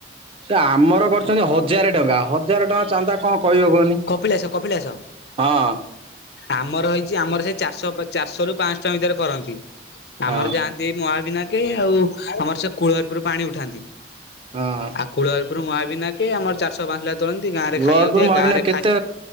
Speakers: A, on the right; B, on the left.
A: ସେ ଆମର କରୁଛନ୍ତି ହଜାରେ ଟଙ୍କା ହଜାର ଟଙ୍କା ଚାନ୍ଦା କଣ କହିବ କହନି
B: କପିଳାସ କପିଳାସ।
A: ହଁ
B: ଆମର ହେଇଛି ଆମର ସେ ଚାରିଶହ ଚାରିଶହ ରୁ ପାଞ୍ଚଶ ଟଙ୍କା ଭିତରେ କରନ୍ତି
A: ହଁ
B: ଆମର ଯାଆ ନ୍ତି ମହାବିନାକେ ଆଉ ଆମର ସେ କୂଳରପୁର ପାଣି ଉଠାନ୍ତି
A: ହଁ
B: ଆଉ କୂଳର ପୁରୁ ମହାବିନାକେ ଆମର ଚାରଶହ ପାଞ୍ଚଶହ ତୋଳାନ୍ତି ଗାଁରେ
A: ମୂଳରପୁର
B: ଖାଇବାକୁ ଦିଆ
A: ମହାବିନାୟକ
B: ଗାଁରେ
A: କେତେ